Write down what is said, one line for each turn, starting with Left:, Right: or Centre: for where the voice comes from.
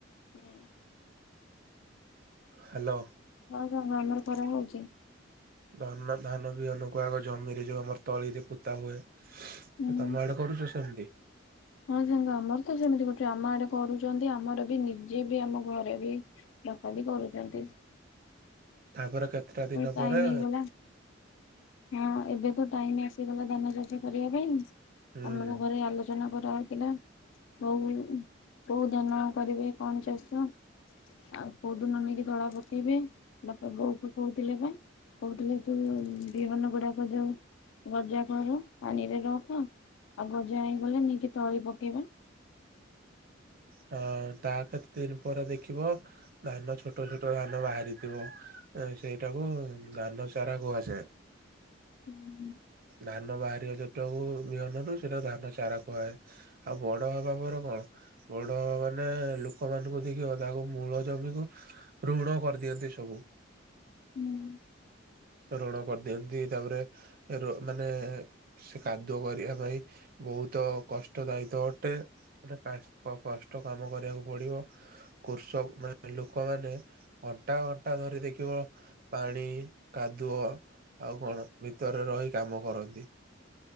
Left: ହୁଁ।
Right: ହାଲୋ।
Left: ହଁ ସାଙ୍ଗ ଆମର ଖରା ହଉଚି।
Right: ଧାନ ଧାନ ବିହନକୁ ଆଗ ଜମିରେ ଯୋଉ ଆମର ତଳିରେ ପୋତା ହୁଏ।
Left: ହୁଁ।
Right: ତମ ଆଡେ଼ କରୁଚ ସେମତି?
Left: ହଁ ସାଙ୍ଗ ଆମର ତ ସେମିତି କରୁଚୁ, ଆମ ଆଡେ଼ କରୁଚନ୍ତି ଆମର ବି ନିଜେ ବି ଆମ ଘରେ ବି ଲୋକ ବି କରୁଚନ୍ତି।
Right: ତାପରେ କେତେଟା ଦିନ
Left: ଟାଇମ
Right: ପରେ
Left: ହେଇଗଲା। ହଁ ଏବେ ତ ଟାଇମ୍ ଆସିଗଲା ଧାନ ଚାଷ କରିବା ପାଇଁ
Right: ହୁଁ
Left: ଆମର ଘରେ ଆଲୋଚ ନା କରାଯାଉଥିଲା କୋଉ କୋଉ ଧାନ କରିବେ କଣ ଚାଷ ଆଉ କୋଉଦିନ ନେଇକି ତଳା ପକେଇବେ ବାପା ବୋଉକୁ କହୁଥିଲେ ବା କହୁଥିଲେ। ତୁ ବିହନ ଗୁଡାକ ଯୋଉ ଗଜା କର ପାଣିରେ ରଖ ଆଉ ଗଜା ହେଇଗଲେ ନେଇକି ତଳି ପକେଇବା।
Right: ହ ତା କେତେ ଦିନ୍ ପରେ ଦେଖିବ ଧାନ ଛୋଟ ଛୋଟ ଧାନ ବାହାରିଥିବ ଏ ସେଇଟା କୁ ଧାନ ଚାରା କୁହାଯାଏ।
Left: ହୁଁ।
Right: ଧାନ ବାହାରିବ ଯୋଟା କୁ ବିହନରୁ ସେଟା କୁ ଧାନ ଚାରା କୁହାଯାଏ। ଆଉ ବଡ ହବା ପରେ କଣ? ବଡ ହବା ମାନେ ଲୋକମାନଙ୍କୁ ଦେଖିବ ତାଙ୍କ ମୂଳ ଜମିକୁ ଋଣ କରିଦିଅନ୍ତି ସବୁ।
Left: ହୁଁ।
Right: ଋଣ କରିଦିଅନ୍ତି ତାପରେ ଋ ମାନେ ସେ କାଦୁଅ କରିବା ପାଇଁ ବହୁତ କଷ୍ଟ ଦାୟିତ ଅଟେ। ମାନେ କା କଷ୍ଟ କାମ କରିବାକୁ ପଡିବ କୃଷ ମାନେ ଲୋକମାନେ ଘଣ୍ଟା ଘଣ୍ଟା ଧରି ଦେଖିବ ପାଣି କାଦୁଅ ଆଉ କଣ ଭିତରେ ରହି କାମ କରନ୍ତି।